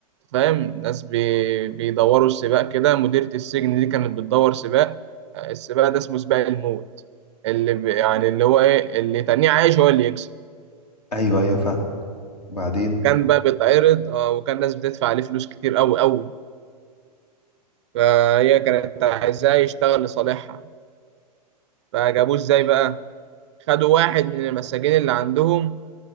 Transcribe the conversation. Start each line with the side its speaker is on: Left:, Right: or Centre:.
Right: فاهم ناس بي- بيدوروا السباق كده مديرة السجن دي كانت بتدور سباق آه، السباق ده اسمه سباق الموت اللي ب- يعني اللي هو ايه اللي تاني عايش هو اللي يكسب
Left: ايوه ايوه فاهم بعدين
Right: كان بقى بيتعرض آه، وكان ناس بتدفع عليه فلوس كتير قوي قوي فهي كانت عايزاه يشتغل لصالحها فجابوه ازاي بقى خدوا واحد من المساجين اللي عندهم